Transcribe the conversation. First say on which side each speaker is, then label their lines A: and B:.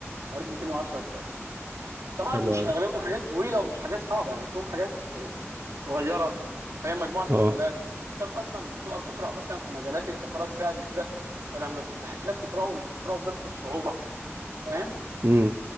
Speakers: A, on the right; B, on the right.
A: قريت 210 كتاب طبعا
B: حلو
A: مش
B: أوي
A: اغلبهم حاجات طويله ومش حاجات صعبه يعني فيهم حاجات آه، صغيره فهي مجموعه
B: اه
A: مقالات والكتاب اصلا بتبقى بتقرا مثلا في مجالات انت قرات فيها قبل كده فلما بتفتح الكتاب تقراه مش بتقراه بنفس الصعوبه فاهم
B: مم.